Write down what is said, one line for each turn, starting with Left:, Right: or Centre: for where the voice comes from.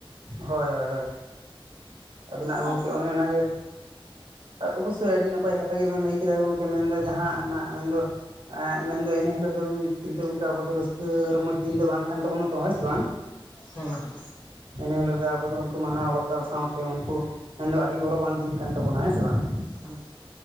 Right: ᱦᱳᱭ ᱦᱳᱭ ᱦᱳᱭ ᱟᱫᱚ ᱱᱟᱜ
Left: ᱟᱨ
Right: ᱜᱚᱢᱠᱮ ᱚᱱᱮ ᱚᱱᱟᱜᱮ ᱚᱵᱚᱥᱥᱳᱭ ᱟᱹᱰᱤ ᱱᱟᱯᱟᱭ ᱠᱟᱛᱷᱟ ᱜᱮᱵᱮᱱ ᱞᱟᱹᱭ ᱠᱮᱫᱟ ᱜᱚᱢᱠᱮ ᱢᱮᱱᱫᱚ ᱡᱟᱦᱟᱸ ᱱᱟᱜ ᱢᱮᱱᱫᱚ ᱢᱮᱱᱫᱚ ᱤᱱᱟᱹ ᱦᱤᱞᱳᱜ ᱫᱚ ᱠᱤᱱᱛᱩ ᱚᱱᱠᱟ ᱟᱵᱚ ᱫᱚ ᱨᱟᱹᱥᱠᱟᱹ ᱨᱚᱢᱚᱡᱽ ᱫᱤᱱ ᱫᱚ ᱵᱟᱝ ᱠᱟᱱ ᱛᱟᱵᱚᱱᱟ ᱛᱚ ᱦᱳᱭ ᱥᱮ ᱵᱟᱝ
Left: ᱦᱮᱸ
Right: ᱮᱱᱮ ᱦᱤᱞᱚᱹᱜ ᱫᱚ ᱟᱵᱚ ᱫᱚ ᱩᱱᱠᱩ ᱢᱟᱱᱟᱣ ᱵᱟᱛᱟᱣ ᱥᱟᱶᱛᱮ ᱩᱱᱠᱩ ᱢᱮᱱ ᱫᱚ ᱟᱹᱰᱤ ᱜᱚᱨᱚᱵᱟᱱ ᱫᱤᱱ ᱠᱟᱱ ᱛᱟᱵᱚᱱᱟ ᱦᱮᱸ ᱥᱮ ᱵᱟᱝ
Left: ᱦᱮᱸ